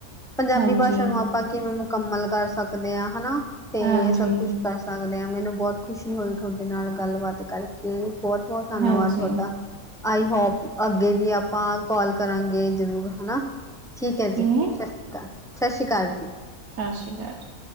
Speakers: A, in the centre; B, on the right.
A: ਪੰਜਾਬੀ
B: ਹਾਂਜੀ
A: ਭਾਸ਼ਾ ਨੂੰ ਆਪਾਂ ਕਿਵੇਂ ਮੁਕੰਮਲ ਕਰ ਸਕਦੇ ਆ ਹਨਾ ਤੇ
B: ਹਾਂਜੀ
A: ਸਭ ਕੁਛ ਕਰ ਸਕਦੇ ਆ ਮੈਨੂੰ ਬੋਤ ਖੁਸ਼ੀ ਹੋਈ ਤੁਹਾਡੇ ਨਾਲ ਗੱਲਬਾਤ ਕਰਕੇ ਬੋਤ-ਬੋਤ ਧੰਨਵਾਦ
B: ਹਾਂਜੀ
A: ਤੁਹਾਡਾ। ਆਈ ਹੋਪ ਅੱਗੇ ਵੀ ਆਪਾਂ ਕੋਲ ਕਰਾਂਗੇ ਜਰੂਰ ਹਨਾ। ਠੀਕ ਐ ਜੀ
B: ਕਿਵੇਂ
A: ਸਸ ਸ੍ਰੀ ਕਾਲ, ਸਸ ਸ੍ਰੀ ਕਾਲ ਜੀ।
B: ਸਸ ਸ੍ਰੀ ਕਾਲ ਜੀ।